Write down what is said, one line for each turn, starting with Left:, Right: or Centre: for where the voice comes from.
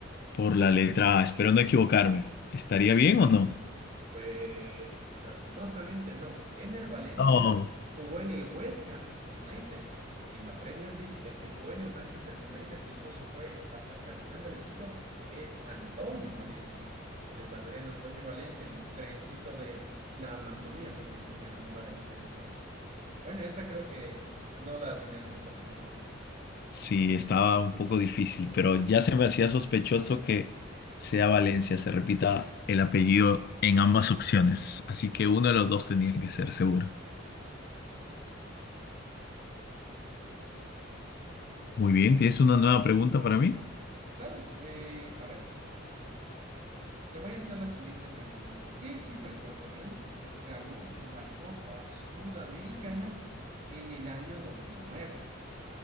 Left: por la letra A, espero no equivocarme. ¿Estaría bien o no?
Right: Pues lastimosamente no. Ener Valencia
Left: No,
Right: jugó en el West Ham United, en la Premier League. El que jugó en el Manchester United, incluso fue hasta capitán del equipo, es Antonio Valencia, el ecuatoriano Antonio Valencia, el trencito de la Amazonía, como les sabían apodar aquí en el país. Bueno, esta creo que no la atinaste, lastimosamente.
Left: Sí, estaba un poco difícil, pero ya se me hacía sospechoso que sea Valencia, se repita el apellido en ambas opciones, así que uno de los dos tenía que ser seguro.
Right: Así.
Left: Muy bien, ¿tienes una nueva pregunta para mí?
Right: Claro, eh, a ver. Te voy a hacer la siguiente pregunta. ¿Qué equipo ecuatoriano ganó la Copa Sudamericana en el año 2009?